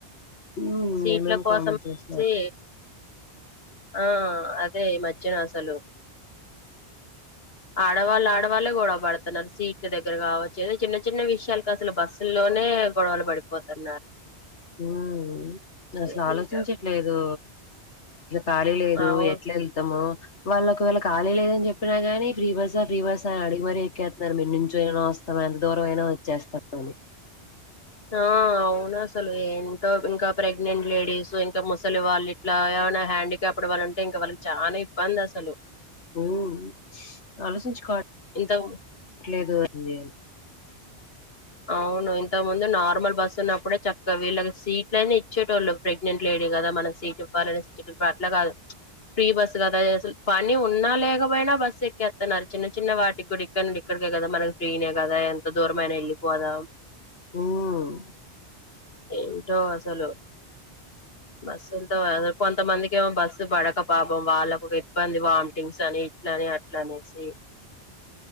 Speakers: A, on the left; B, on the left.
A: మ్మ్
B: సీట్ల
A: ఏమేం
B: కోసం
A: కామెంట్
B: వచ్చే
A: చేసినారు
B: ఆ అదే ఈ మధ్య అసలు ఆడవాళ్ళు ఆడవాళ్లే గొవవ పడుతున్నారు సీట్ల దగ్గర కావచ్చు ఇగ చిన్న చిన్న విషయాలకు అసలు బస్సుల్లోనే ఇట్టే గొడవలు పడిపోతున్నారు
A: మ్మ్ అసలు
B: ఏంటో
A: ఆలోచించట్లేదు ఖాళీ లేదు
B: అవు
A: ఎట్లా వెళ్తామో వాళ్ళు ఒకవేళ ఖాలి లేదని చెప్పినాగాని ఫ్రీ బస్స ఫ్రీ బస్స అని అడిగి మరీ ఎక్కేస్తున్నారు మేము నుంచొని అయినా వస్తాం ఎంత దూరం అయినా వచ్చేస్తారు
B: ఆ అవును అసలు ఏంటో ఇంకా ప్రెగ్నెంట్ లేడీస్ ఇంకా ముసలి వాళ్ళు ఇట్లా ఎవరైనా హ్యాండ్ కాప్డ్ వాళ్ళుంటే ఇంకా వాళ్ళకి చాలా ఇబ్బంది అసలు
A: మ్మ్ ఆలోచించుకోవాలి కావట్లేదు
B: ఇంత
A: అని చెప్పి
B: అవును ఇంతకు ముందు నార్మల్ బస్సు ఉన్నప్పుడే చక్కగా వీళ్ళకి సీట్లయినా ఇచ్చేటోళ్లు ప్రెగ్నెంట్ లేడీస్ కి మనం సీట్ ఇవ్వాలనే అట్లా కాదు ప్చ్ ప్రీ బస్సు కదా అసలు పని ఉన్నా లేకపోయినా బస్ ఎక్కేస్తున్నారు చిన్న చిన్న వాటికి కూడా ఇక్కడ నుండి ఇక్కడికే కదా మనకి ఫ్రీనే కదా ఎంత దూరం అయినా వెళ్ళిపోదామ్
A: హ్హ్
B: ఏంటో అసలు బస్సులతో కొంతమందికి ఏమో బస్సు పడక పాపం వాళ్ళకి ఇబ్బంది వామిటింగ్స్ అని ఇట్లా ఇగ అట్లా అనేసి